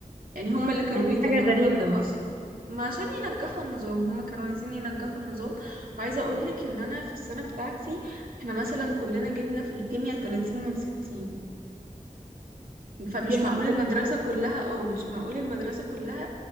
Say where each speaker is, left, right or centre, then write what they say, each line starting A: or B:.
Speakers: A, on the right; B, on the right.
A: يعني هما اللي كانوا
B: يعني
A: بيطلعوها
B: دي حاجة غريبة
A: لنا اصلا ما عشان ينجحوا النظام هما كانوا عايزين ينجحوا النظام وعايزة اقولك ان انا في السنة بتاعتي احنا مثلا كلنا جبنا في الكيمياء 30 من 60 فمش
B: يا لهوي
A: معقول المدرسة كلها اه مش معقول المدرسة كلها